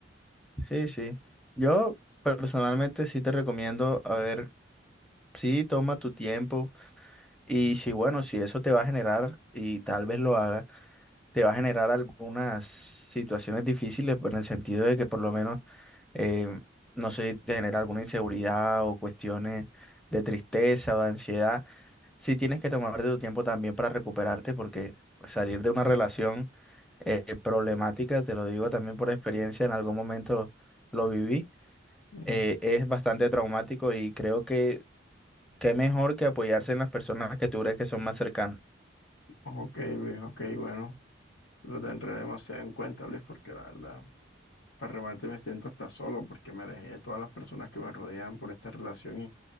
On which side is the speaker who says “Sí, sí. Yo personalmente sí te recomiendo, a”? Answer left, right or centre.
Centre